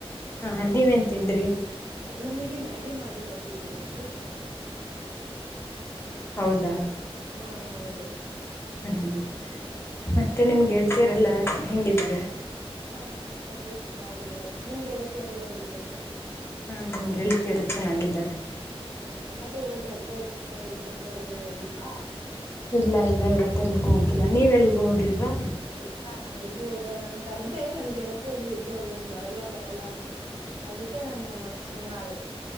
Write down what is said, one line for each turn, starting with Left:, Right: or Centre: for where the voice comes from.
Left: ಹಾ ನೀವೇನ್ ತಿಂದ್ರಿ
Right: ನಿಮಗೆ ಮ್ಯಾಗಿ ಮಾಡಿ ಕೊಡ್ತಾರ ಕೊಟ್ಟಿದ್ರು ಇವತ್ತು ತಿಂದ್ವಿ.
Left: ಹೌದ
Right: ಹಾ ಹೌದು
Left: ಹ್ಮ ಹ್ಮ ಮತ್ತೆ ನಿಮ್ಮ ಗೆಳತಿರೆಲ್ಲ ಹೆಂಗಿದ್ದಾರೆ
Right: ಹಾ ಗೆಿಯರೆಲ್ಲ ಚೆನ್ನಾಗಿದ್ದಾರೆ ನಿಮ್ ಗೆಳತಿಯರೆಲ್ಲಾ ಹೇಗಿದ್ದಾರೆ
Left: ಹಾ ನಮಗೆ ಗೆಳ್ತೀರು ಚೆನ್ನಾಗಿದ್ದಾರೆ
Right: ಹೌದಾ ಮತ್ತೆ ಇವತ್ ರಜೆ ಇದಲ್ವಾ ಎಲ್ಲೋ ಹೊರಗಡೆ ಎಲ್ಲೂ ಹೋಗಿಲ್ವಾ
Left: ಇಲ್ಲ ಇಲ್ಲ ಇವತ್ತ ಎಲ್ಗೂ ಹೋಗಿಲ್ಲ ನೀವ್ ಎಲ್ಗೂ ಹೋಗಿಲ್ವಾ
Right: ಇಲ್ಲ ನಾನ ಎಲ್ಗೂ ಹೋಗಲ್ಲ ನನ್ ಕರ್ದೆೆ ನನ್ ಗೆಳತಿ ಒಬ್ಳ ಇದ್ಲು ಒಳು ನನ್ ಬರಲ್ಲ ಬರಲ್ಲ ಅಂದ್ಲು ಅದಕ್ಕೆ ನಾನು ಮತ್ತ ಸುಮ್ಮನೆ ಅಾದೆ